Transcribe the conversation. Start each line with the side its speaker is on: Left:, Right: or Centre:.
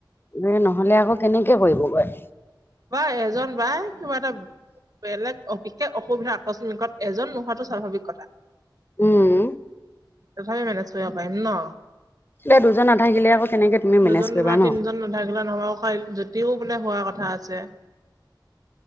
Left: এ নহ'লে আকৌ কেনেকে কৰিবগৈ।
Right: বাই এজন বাই কিবা এটা বেলেগ বিশেষ অসুবিধা আকস্মিকত এজন নোহোৱাটো স্বাভাৱিক কথা।
Left: উম।
Right: তথাপি মেনেজ কৰিব পাৰিম ন'।
Left: দে দুজন নাথাকিলে আকৌ কেনেকে তুমি মেনেজ
Right: দুজন
Left: কৰিবা
Right: বা
Left: ন
Right: তিনজন নাথাকিলে নহ'ব <unintelligible> যতিও মানে হোৱা কথা আছ <unintelligible>